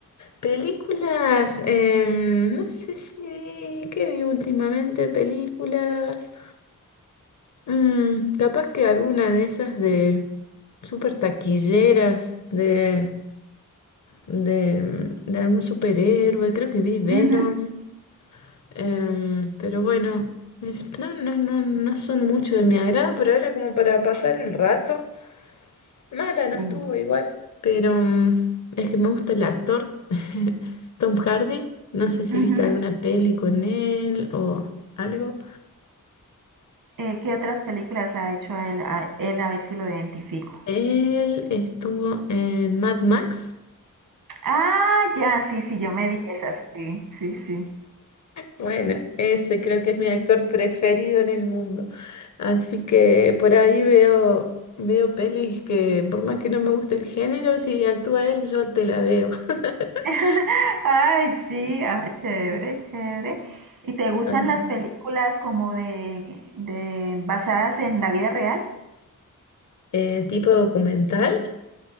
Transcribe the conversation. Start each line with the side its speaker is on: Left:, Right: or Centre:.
Left: Películas, em, no sé si qué vi últimamente, películas, Mm, capaz que alguna de esas de super taquilleras, de, de, mm, de algún superhéroe, creo que vi Venom,
Right: mhm
Left: em, pero bueno, es- no, no, no, no son mucho de mi agrado, pero era como para pasar el rato. Mala no
Right: Sí.
Left: estuvo igual, pero mm, es que me gusta el actor, <laughs> Tom Hardy. No sé si
Right: mhm
Left: viste alguna peli con él o algo.
Right: ¿qué otras películas ha hecho a él, a él? A ver si lo identifico.
Left: Él estuvo en Mad Max.
Right: Ah, ya, sí, sí, yo me vi esas. Sí, sí, sí.
Left: Bueno, ese creo que es mi actor preferido en el mundo. Así que por ahí veo, veo pelis que por más que no me guste el género, si actúa él, yo te la veo. <laughs>
Right: <laughs> Ay, sí, ah, chévere, chévere. ¿Y te gustan
Left: Ah.
Right: las películas como de, de basadas en la vida real?
Left: Eh, tipo documental.